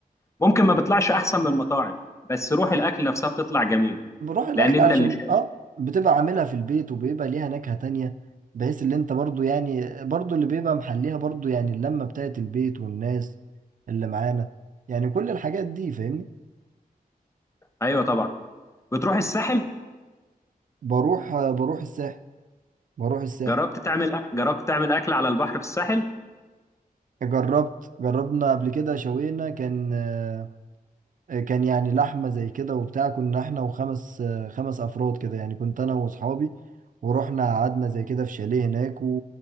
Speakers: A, on the left; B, on the right.
A: ممكن ما بيطلعش احسن من المطاعم بس روح الاكل نفسها بتطلع جميل
B: بروح الاكل
A: لان انت
B: علشان
A: اللي شايف
B: اه بتبقى عاملها في البيت وبيبقى ليها نكهة تانية بحيث اللي انت برضو يعني برضو اللي بيبقى محليها برضو يعني اللمة بتاعت البيت والناس اللي معانا يعني كل الحاجات دي فاهمني
A: ايوه طبعا بتروح الساحل
B: بروح آه، بروح الساحل بروح الساحل
A: جربت تعمل أك... جربت تعمل اكل على البحر في الساحل
B: جربت جربنا قبل كده شوينا كان آه، كان يعني لحمة زي كده وبتاع كنا احنا وخمس آه، خمس افراد كده يعني كنت انا واصحابي ورحنا قعدنا زي كده في شاليه هناك و...